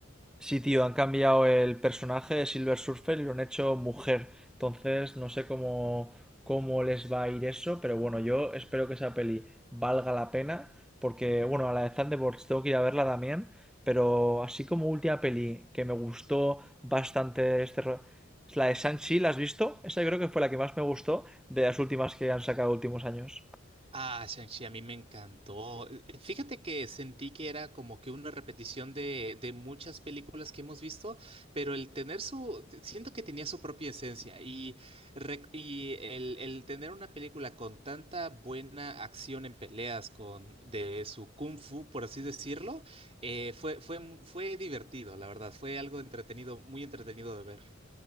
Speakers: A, in the centre; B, on the right.
A: Sí, tío, han cambiado el personaje de Silver Surfer y lo han hecho mujer. Entonces, no sé cómo, cómo les va a ir eso, pero bueno, yo espero que esa peli valga la pena, porque, bueno, a la de Thunderbolts tengo que ir a verla también, pero así como última peli que me gustó bastante este... ro- es La de Shang-Chi, ¿la has visto? Esa yo creo que fue la que más me gustó de las últimas que han sacado últimos años.
B: Ah, Shang-Chi, a mí me encantó. Eh, eh, Fíjate que sentí que era como que una repetición de, de muchas películas que hemos visto, pero el tener su, te- siento que tenía su propia esencia y, rec- y el, el tener una película con tanta buena acción en peleas, con de su kung fu, por así decirlo, eh, fue, fue, fue divertido, la verdad, fue algo entretenido, muy entretenido de ver.